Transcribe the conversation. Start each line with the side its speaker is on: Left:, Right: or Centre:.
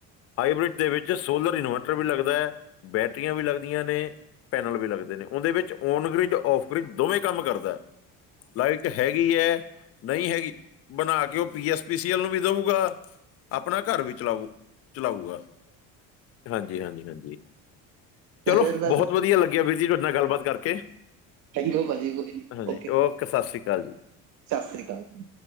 Left: ਹਾਈਬ੍ਰਿਡ ਦੇ ਵਿੱਚ ਸੋਲਰ ਇਨਵੈਰਟਰ ਵੀ ਲੱਗਦਾ ਹੈ, ਬੈਟਰੀਆਂ ਵੀ ਲੱਗਦੀਆਂ ਨੇ। ਪੈਨਲ ਵੀ ਲੱਗਦਾ। ਉਹਦੇ ਵਿੱਚ ਓਨ ਗ੍ਰਿਜ, ਔਫ ਗ੍ਰਿਜ ਦੋਵੇਂ ਕੰਮ ਕਰਦਾ, ਲਾਈਟ ਹੈਗੀ ਆ ਨਹੀ ਹੈਗੀ, ਬਣਾ ਕੇ ਉਹ ਪੀ ਐਸ ਪੀ ਸੀ ਐਲ ਨੂੰ ਵੀ ਦਊਗਾ, ਆਪਣਾ ਘਰ ਵੀ ਚਲਾਉ। ਚਲਾਊਗਾ ਹਾਂਜੀ- ਹਾਂਜੀ, ਹਾਂਜੀ ਚਲੋ,
Right: ਤੇ ਫਿਰ ਵੈਸੇ
Left: ਬਹੁਤ ਵਧੀਆ ਲੱਗਿਆ। ਲੱਗਿਆ ਵੀਰ ਜੀ, ਤੁਹਾਡੇ ਨਾਲ ਗੱਲ-ਬਾਤ ਕਰਕੇ।
Right: ਥੈਂਕ ਯੂ ਭਾਂਜੀ ਕੋਈ ਨੀ,
Left: ਹਾਂਜੀ
Right: ਓਕੇ
Left: ਸਤਿ ਸ਼੍ਰੀ ਅਕਾਲ ਜੀ
Right: ਸਤਿ ਸ਼੍ਰੀ ਅਕਾਲ ਜੀ।